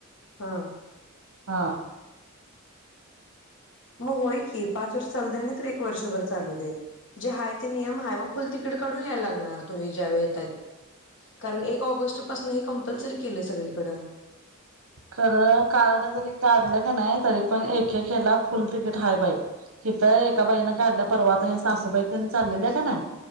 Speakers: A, on the left; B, on the right.
A: हा
B: हा
A: मग होय की पाच वर्ष चालत नाही तर एक वर्षभर चालू दे जे हय ते नियम ह मग फुल तिकड काढून याला लागणार तुम्ही ज्यावेळेस कारण पा कप के सकड
B: खर कारड जरी काढलं का नाही तरी पण एकेला फुल तिकीट हाय बाई इिथं एका बाईनें काढल्या परवात हे सासूबाई त्याने चाललेल्या आहे का ना